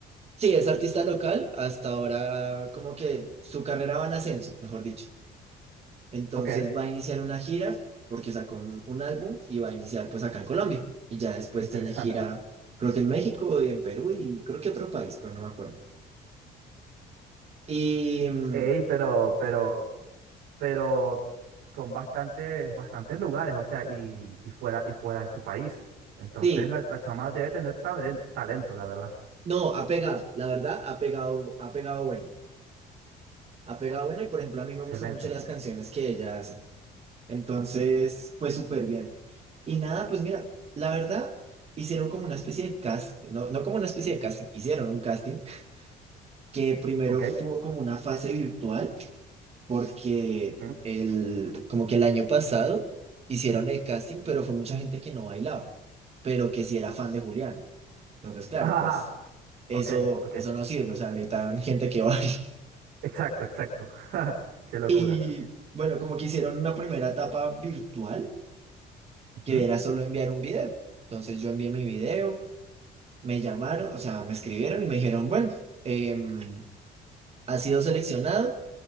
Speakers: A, on the right; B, on the right.
A: sí, es artista local, hasta ahora como que su carrera va en ascenso, mejor dicho. Entonces
B: Ok,
A: va a iniciar una gira porque sacó un, un álbum y va a iniciar pues acá en Colombia. Y ya después
B: interesante.
A: tiene gira, creo que en México y en Perú y creo que otro país, pero no me acuerdo. Y mm,
B: Ey, pero, pero pero son bastantes, bastantes lugares, o sea, y, y fuera, y fuera de su país. Entonces
A: sí,
B: la, la chama debe tener talen- talento, la verdad.
A: no, ha pegado, la verdad, ha pegado, ha pegado bueno, ha pegado bueno y por ejemplo a mí me
B: Excelente.
A: gustan mucho las canciones que ella hace, entonces pues súper bien. Y nada, pues mira, la verdad hicieron como una especie de cast, no, no como una especie de casting, hicieron un casting que primero
B: Ok.
A: tuvo como una fase virtual porque
B: Ujú.
A: el, como que el año pasado hicieron el casting, pero fue mucha gente que no bailaba, pero que sí era fan de Julián. Entonces,
B: <laughs>
A: claro,
B: Ajá,
A: pues eso,
B: Ok, ok.
A: eso no sirve, o sea, necesitan gente que baile. <laughs>
B: Exacto, exacto. <laughs> Qué locura.
A: Y bueno, como que hicieron una primera etapa virtual, que
B: Ujú.
A: era solo enviar un video. Entonces yo envié mi video, me llamaron, o sea, me escribieron y me dijeron, bueno, em, has sido seleccionado,